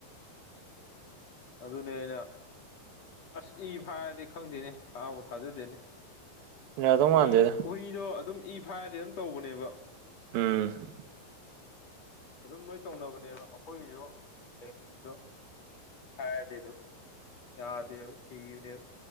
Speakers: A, on the left; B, on the right.
A: ꯑꯗꯨꯅ‌ꯦ ꯑꯩꯅ꯫ ꯑꯁ ꯏ ꯐꯥꯏꯔꯗꯤ ꯈꯪꯗꯦꯅꯦ ꯊꯥꯕꯨ ꯊꯥꯖꯗꯦꯅꯦ꯫
B: ꯌꯥꯗꯧ ꯃꯥꯟꯗꯦꯗ
A: ꯏ ꯍꯨꯏꯗꯣ ꯑꯗꯨꯝ ꯏ ꯐꯥꯔꯗꯤ ꯑꯗꯨꯝ ꯇꯧꯕꯅꯦꯕ
B: ꯎꯝ
A: ꯑꯗꯨꯝ ꯂꯣꯏ ꯇꯧꯅꯕꯅꯦꯕ ꯑꯩꯈꯣꯏꯒꯤꯁꯨ ꯦꯡꯣ ꯐꯔꯗꯦꯗꯣ ꯌꯥꯗꯦꯕ ꯁꯤꯕꯅꯦꯕ